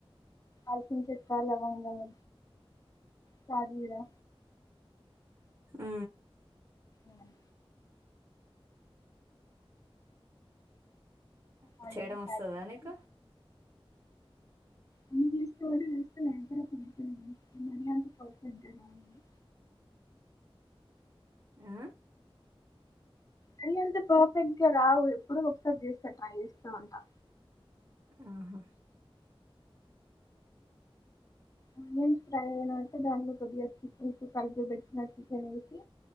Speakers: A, on the left; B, on the right.
A: అల్చిన్ చెట్టు అలా వంగదు సాజీరా
B: ఊ
A: అది
B: ఆ
A: ఆనియన్స్
B: చేయడం వస్తదా
A: యాడ్ చేసి
B: నీకు
A: అన్ని జూస్తవా అంటే ఎంతర పొడి పొడి గా జూస్తా మరి అంత పర్ఫెక్ట్ జూడ నేను
B: ఆ
A: అది అంత పర్ఫెక్ట్ గా రావు ఎప్పుడు ఒకసారి చేస్త ట్రై చేస్త ఉంటా
B: ఆహా
A: ఆనియన్స్ ఫ్రై అయినాక దాంట్లో కొద్దిగా చికెన్ కలిపిపెట్టుకున్న చికెన్ వేసి